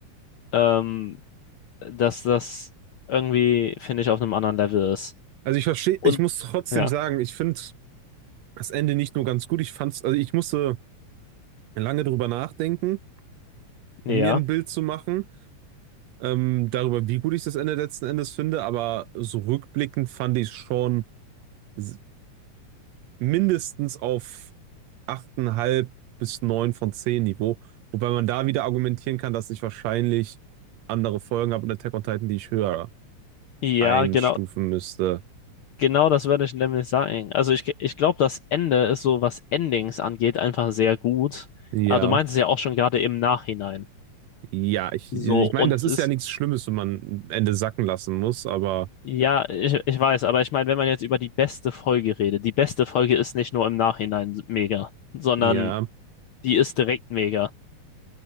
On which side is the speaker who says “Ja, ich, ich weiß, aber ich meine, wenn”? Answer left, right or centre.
Left